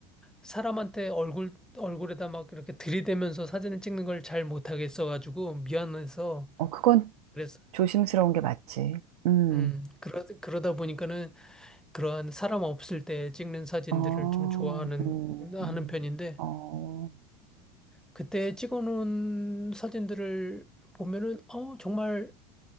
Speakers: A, in the centre; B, on the right (about 75°).
A: 사람한테 얼굴, 얼굴에다 막 이렇게 들이대면서 사진을 찍는 걸 잘 못하겠어가지고 미안해서
B: 어, 그건
A: 그래서,
B: 조심스러운 게 맞지. 음,
A: 음, 그러, 그러다 보니까는 그러한 사람 없을 때 찍는 사진들을
B: 어,
A: 좀 좋아하는,
B: 음,
A: 하는
B: 음.
A: 편인데
B: 어.
A: 그때 찍어놓은 사진들을 보면은, 어, 정말